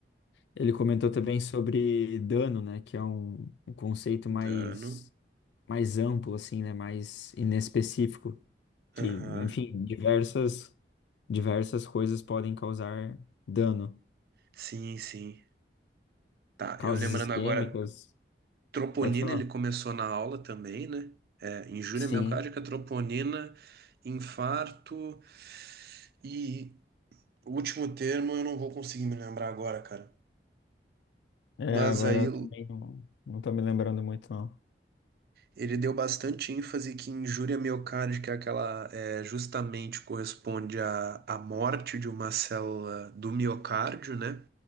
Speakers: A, on the left; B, on the right.
A: Ele comentou também sobre dano, né? Que é um, um conceito mais,
B: Dano.
A: mais amplo, assim, né? Mais inespecífico. Que,
B: Aham.
A: enfim, diversas, diversas coisas podem causar dano.
B: Sim, sim. Tá,
A: Causas
B: eu lembrando
A: isquêmicas,
B: agora. Troponina
A: pode falar.
B: ele começou na aula também, né? É, injúria
A: Sim.
B: miocárdica, troponina, infarto e o último termo eu não vou conseguir me lembrar agora, cara.
A: É,
B: Mas
A: agora
B: aí
A: eu também não, não tô me lembrando muito, não.
B: ele deu bastante ênfase que injúria miocárdica é aquela é, justamente corresponde à, à morte de uma célula do miocárdio, né?